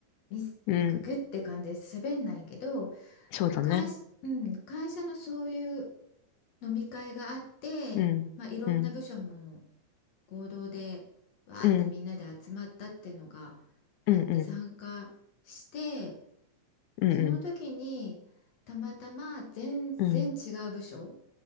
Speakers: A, on the left; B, on the left.
A: ミスなんかグッて感じで喋んないけど
B: うん。そうだね。
A: なんか会社、うん、会社のそういう飲み会があって、
B: うん。
A: まあ、いろんな部署も
B: うん。
A: 合同でわーってみんなで集まったっていうのが
B: うん。うんうん。
A: あって参加して
B: うんう
A: その時にたまたま全然違う部署
B: ん。うん。